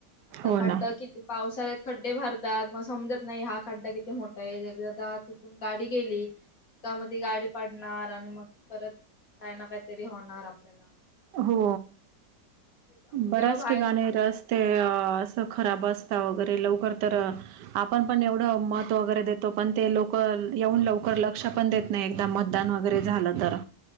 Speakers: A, on the left (about 50°); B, on the right (about 75°).
A: आता
B: हो
A: खड्डा
B: ना
A: पावसाळ्यात खड्डे भर ताय मग समजत नाही हा खड्डा किती मोठा आहे. एकदा चुकून गाडी गेली. त्या मधी ती गाडी पाडणार. आणि मग परत काय ना काहीतरी होणार आपल्याला.
B: हो
A: तेच आपण
B: बऱ्याच
A: जेव्हा बाहेर
B: ठिकाणी रस्ते असं खराब असता वगैरे लवकर तर. आपण पण एवढं महत्व वगैरे देतो पण ते लोक येऊन लवकर लक्ष पण देत नाही. एकदा मतदान वगैरे झालं तर.